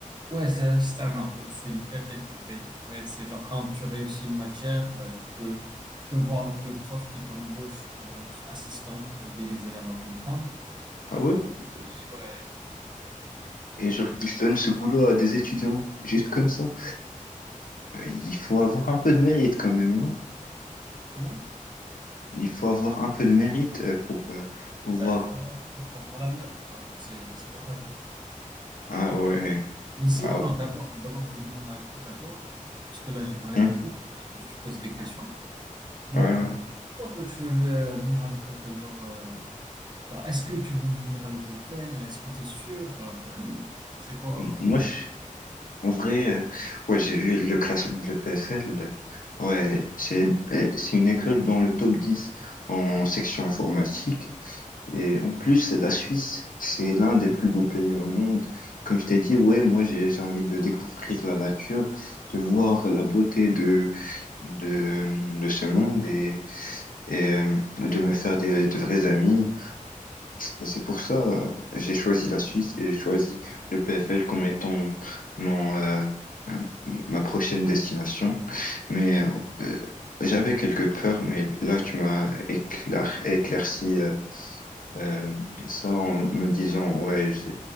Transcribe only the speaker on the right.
Ouais, c'est l'Ashtan, en fait. C'est le PFL qui paye. Ouais, c'est genre quand tu réussis une matière, euh, tu peux, tu peux voir avec le prof qui t'embauche pour être assistant, pour aider les élèves à comprendre.
Et ouais, t'es donc, euh,
ouais.
Comment?
Eh
ben, il faut avoir, il faut avoir la note, quoi. Genre, c'est, c'est pas facile.
Mais sinon,
d'abord, d'abord, je vais demander un truc à toi, parce que là, j'ai parlé
beaucoup. euh, Je te pose des questions. Donc,
pourquoi toi, tu veux euh, venir à le l'EPFL? Genre, euh, enfin, est-ce que tu veux venir à le l'EPFL? Est-ce que tu es sûr? Euh, c'est quoi?